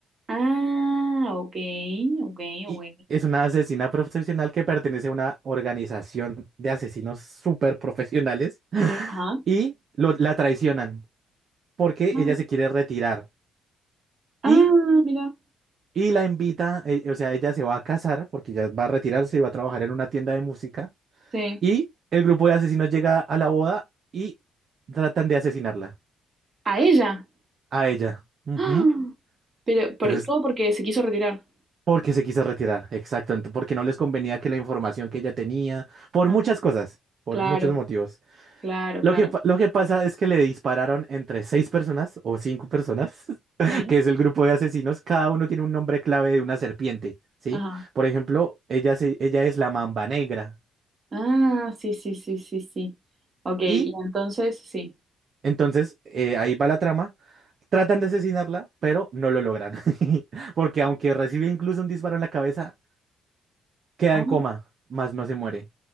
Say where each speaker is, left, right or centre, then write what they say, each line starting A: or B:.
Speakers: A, on the right (about 35°); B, on the right (about 55°).
A: Ah, ok, ok,
B: Y
A: ok.
B: es una asesina profesional que pertenece a una organización de asesinos súper profesionales
A: Ajá.
B: y lo- la traicionan. porque
A: Ah,
B: ella se quiere retirar.
A: ah,
B: Y,
A: mira,
B: y la invita, eh, o sea, ella se va a casar porque ya va a retirarse y va a trabajar en una tienda de música.
A: sí.
B: Y el grupo de asesinos llega a la boda y tratan de asesinarla
A: A ella.
B: a ella. Ujú.
A: ¡Ah! Pero
B: Entonces,
A: por- todo porque se quiso retirar.
B: porque se quiso retirar, exacto, ent- porque no les convenía que la información que ella tenía, por
A: Ah,
B: muchas cosas, por
A: claro,
B: muchos motivos.
A: claro,
B: Lo
A: claro.
B: que, pa- lo que pasa es que le dispararon entre seis personas o cinco personas, <laughs>
A: Sí.
B: que es el grupo de asesinos. Cada uno tiene un nombre clave de una serpiente, ¿sí?
A: Ajá.
B: Por ejemplo, ella, se- ella es la mamba negra.
A: Ah, sí, sí, sí, sí, sí. Ok, y
B: Y
A: entonces sí.
B: entonces eh, ahí va la trama. Tratan de asesinarla, pero no lo logran. <laughs> Porque aunque recibe incluso un disparo en la cabeza, queda
A: Ah,
B: en coma, más no se muere.